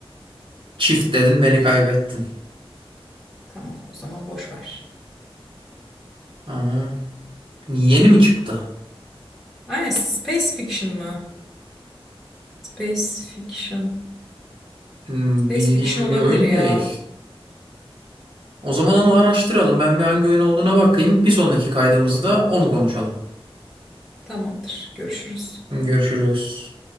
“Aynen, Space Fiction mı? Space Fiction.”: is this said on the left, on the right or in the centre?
Centre